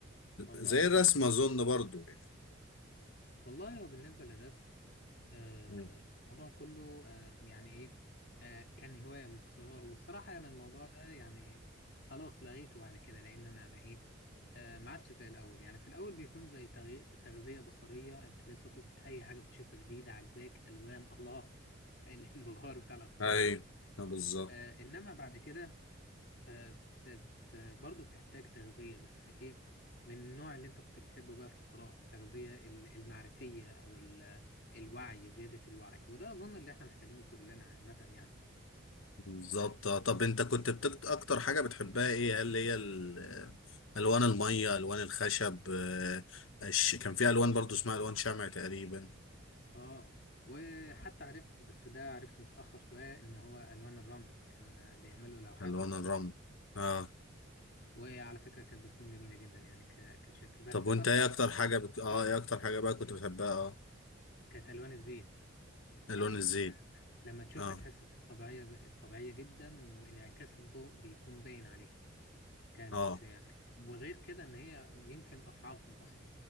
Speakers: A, on the left; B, on the left.
A: والله
B: زي الرسم
A: آه،
B: اظن برضو يعني
A: والله هو بالنسبه للرسم آه،
B: مم.
A: الموضوع كله آه، يعني ايه آه، كان هواية من الصغر والصراحة يعني الموضوع ده يعني خلاص لغيته بعد كده لأن أنا يعني ايه آه، ما عادش زي الأول يعني في الأول بيكون زي تغي- تغذية بصرية أنت لسه طفل أي حاجة بتشوفها جديدة عجباك ألوان الله <laughs> الانبهار بتاع الأطفال
B: ايوه
A: ده
B: آه، بالظبط
A: آه، إنما بعد كده آه، بت... بت... برضه بتحتاج تغذية بس إيه من النوع اللي أنت كنت بتحبه بقى في القراءة التغذية ال- المعرفية أو ال... الوعي زيادة الوعي وده أظن اللي إحنا محتاجينه كلنا عامة يعني
B: بالظبط آه، طب انت كنت بتكت... اكتر حاجة بتحبها ايه هل هي ال... الوان المية الوان الخشب آه، الش... كان في الوان برضو اسمها الوان شمع تقريبا
A: آه وحتى عرفت بس ده عرفته متأخر شوية إن هو ألوان الرمل كان بيعملوا لوحات
B: الوان
A: من الرمل
B: الرمل اه
A: وعلى فكرة كانت بتكون جميلة جدا يعني ك... كشكل بس
B: طب وانت
A: أكتر
B: ايه اكتر حاجة بت... اه
A: حاجة
B: ايه اكتر حاجة بقى كنت بتحبها اه
A: كانت ألوان الزيت
B: الوان
A: كانت
B: الزيت
A: لما تشوفها
B: اه
A: تحس إنها طبيعية طبيعية جدا وانعكاس الضوء بيكون باين عليها كانت
B: اه
A: يعني وغير كده ان هي يمكن اصعبهم اصلا